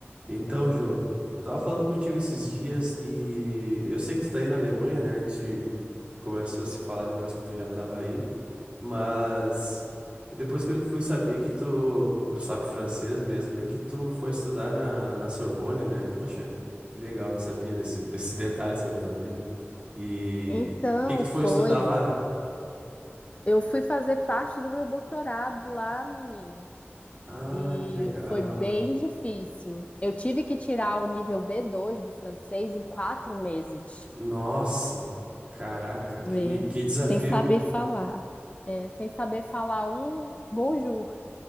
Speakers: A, on the right; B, on the left.
A: Então, Jô, eu tava falando contigo esses dias e eu sei que tu tá aí na Alemanha, né? A gente começou a se falar depois que tu já tava aí, mas depois que eu fui saber que tu, tu sabe francês mesmo, porque tu foi estudar na, na Sorbonne, né? Poxa, que legal, não sabia desse, <laughs> desse detalhe sobre a tua vida. E
B: Então,
A: o que que tu
B: foi.
A: foi estudar lá?
B: Eu fui fazer parte do meu doutorado lá, menino.
A: Ah,
B: E
A: que legal.
B: foi bem difícil. Eu tive que tirar o nível B2 do francês em quatro meses.
A: Nossa, caraca, que,
B: É,
A: que desafio.
B: sem saber falar. É, sem saber falar um bonjour.